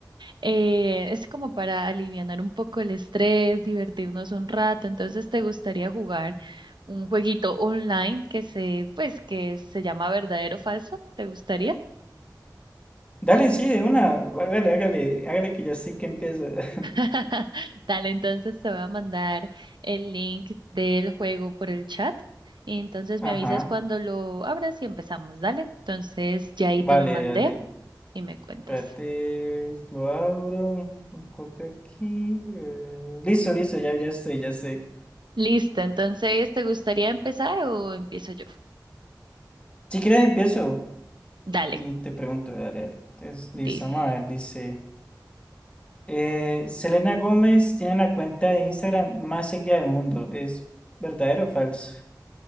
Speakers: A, on the right (about 85°); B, on the left (about 15°).
A: eh, es como para alivianar un poco el estrés, divertirnos un rato. Entonces, ¿te gustaría jugar un jueguito online que se, pues, que se llama verdadero o falso? ¿Te gustaría?
B: Dale, sí, de una, hágale, hágale, hágale que ya sí que empiezo. <laughs>
A: <laughs> Dale, entonces te voy a mandar el link del juego por el chat y entonces
B: Ajá,
A: me avisas cuando lo abras y empezamos, dale. Entonces ya ahí
B: vale,
A: te lo mandé
B: dale,
A: y me cuentas.
B: espérate, lo abro, lo copio aquí, eh, listo, listo, ya, ya estoy, ya estoy.
A: Listo, entonces ¿te gustaría empezar o empiezo yo?
B: Si quieres empiezo.
A: Dale,
B: Y te pregunto, voy a leer. Entonces,
A: listo.
B: listo, vamos a ver, dice. eh, Selena Gómez tiene la cuenta de Instagram más seguida del mundo. ¿Es verdadero o falso?